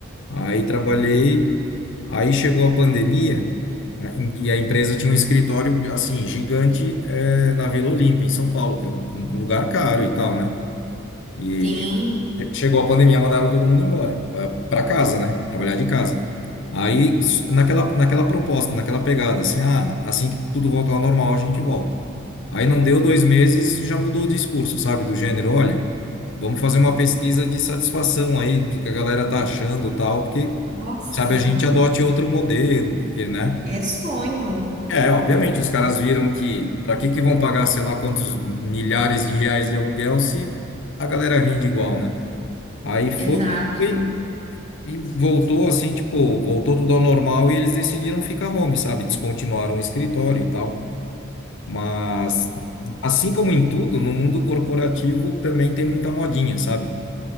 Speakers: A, on the left; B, on the right.
A: Aí trabalhei, aí chegou a pandemia, a- e a empresa tinha um escritório, assim, gigante, eh, na Vila Olímpia, em São Paulo, que é um um lugar caro e tal, né? E
B: Sim,
A: che- chegou a pandemia, mandaram todo mundo embora, para casa, né? Trabalhar de casa. Aí, s- naquela, naquela proposta, naquela pegada, assim, ah, assim que tudo voltar ao normal, a gente volta. Aí não deu dois meses, já mudou o discurso, sabe? Do gênero, olha, vamos fazer uma pesquisa de satisfação aí, o que que a galera tá achando, tal, porque,
B: nossa,
A: sabe, a gente adote outro modelo, porque, né?
B: é sonho.
A: É, obviamente, os caras viram que para que que vão pagar sei lá quantos milhares de reais de aluguel se a galera rende igual, né? Aí foi,
B: Exato.
A: foi e voltou assim, tipo, voltou tudo ao normal e eles decidiram ficar home, sabe? Descontinuaram o escritório e tal. Mas, assim como em tudo, no mundo corporativo também tem muita modinha, sabe?